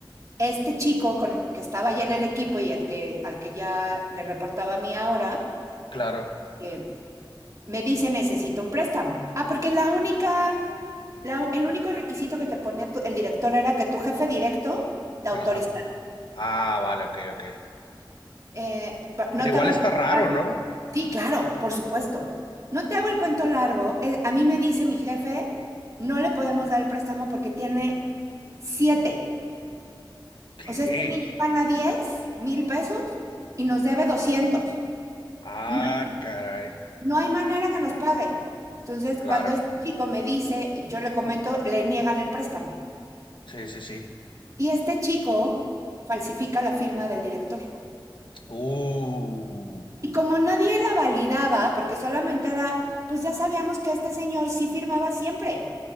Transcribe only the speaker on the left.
Claro.
Ajá. Ah, vale, ok, ok.
Pero
igual
está
raro, ¿no?
¿Qué?
Ah,
caray.
Claro.
Sí, sí, sí.
Uh.